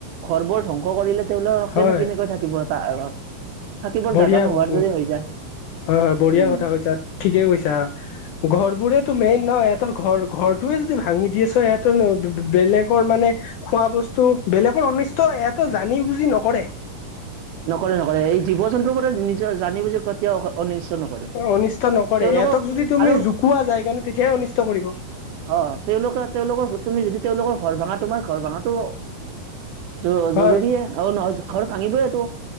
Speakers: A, on the right; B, on the left.
A: ঘৰবোৰ ধ্বংস কৰিলে তেওঁলোক
B: হয়
A: কেনে কেনেকৈ থাকিব, <unintelligible> থাকিবৰ
B: বঢ়িয়া
A: জাগা নোহোৱাৰ দৰে হৈ যায়।
B: হয় হয় বঢ়িয়া
A: উম
B: কথা কৈছা, ঠিকে কৈছা। ঘৰ বোৰেতো মেইন ন, এহতৰ ঘৰ-ঘৰটোয়ে যদি ভাঙি দিছে সিহঁতৰ বেলেগৰ মানে খোৱা বস্তু, বেলেগৰ অনিষ্ট এহতো জানি-বুজি নকৰে।
A: নকৰে নকৰে, এই জীৱ-জন্তুৰ পৰা নিজৰ জানি বুজি কেতিয়াও অনি নকৰে।
B: অনিষ্ট নকৰে
A: তেওঁলোকক
B: এহঁতক যদি তুমি
A: আৰু,
B: জোকোৱা যায় কাৰণে তেতিয়াহে অনিষ্ট কৰিব
A: অ' তেওঁলোকে তেওঁলোকৰ, তুমি যদি তেওঁলোকৰ ঘৰ ভাঙা, তোমাৰ ঘৰ ভাঙাটো জ-জৰুৰীয়ে
B: হয়
A: আৰু নহয় ঘৰ ভাঙিবয়েটো